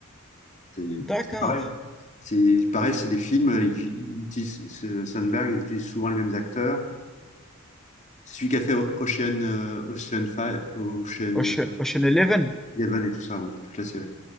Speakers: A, on the left; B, in the centre.
A: C'est
B: D'accord.
A: c'est pareil. C'est pareil, c'est des films. Il, il utilise, ce- Sandberg, il utilise souvent les mêmes acteurs. C'est celui qui a fait Ocean, euh, Ocean Five, Ocean
B: Ocean, Ocean Eleven.
A: Eleven et tout ça, ouais, toute la série.